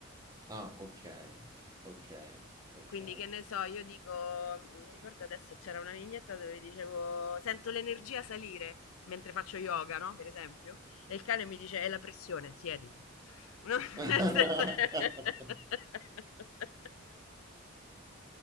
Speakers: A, on the right; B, on the left.
A: Ah, ok, ok, ok.
B: Quindi che ne so, io dico, mi ricordo adesso c'era una vignetta dove dicevo sento l'energia salire mentre faccio yoga, no? Per esempio, e il cane mi dice è la pressione, siediti. No? <laughs>
A: <laughs>